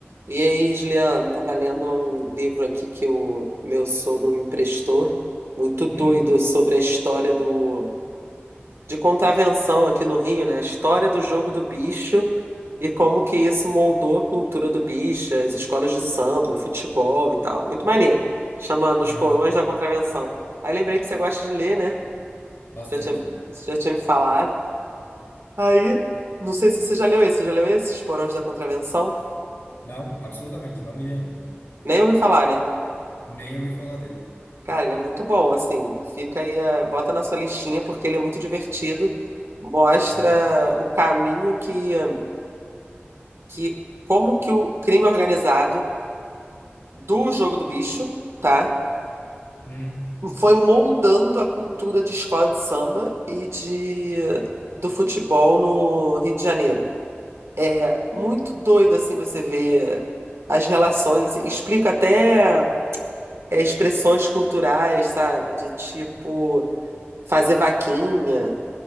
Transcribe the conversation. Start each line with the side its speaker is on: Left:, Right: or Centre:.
Right: E aí, Juliano, tava lendo um livro aqui que o meu sogro me emprestou, muito doido,
Left: Hum,
Right: sobre a história do de contravenção aqui no Rio, né? A história do jogo do bicho e como que isso moldou a cultura do bicho, as escolas de samba, o futebol e tal. Muito maneiro. Chama Nos
Left: aham,
Right: Porões da Contravenção. Aí lembrei que você gosta de ler, né?
Left: bastante.
Right: Você Já tinha, você já tinha me falado. Aí, não sei se você já leu esse. Você já leu esse, Os Porões da Contravenção?
Left: Não, absolutamente, não li ainda.
Right: Nem ouvi falar, né?
Left: Nem ouvi falar dele.
Right: Cara, ele é muito bom, assim. Fica aí, a- bota na sua listinha, porque ele é muito divertido. Mostra
Left: Aham.
Right: o caminho que, que como que o crime é organizado do Jogo do Bicho, tá?
Left: Uhum.
Right: Foi moldando a cultura de escola de samba e de do futebol no Rio de Janeiro. É muito doido, assim, você ver as relações, assim. Explica até é, expressões culturais, sabe? De tipo fazer vaquinha.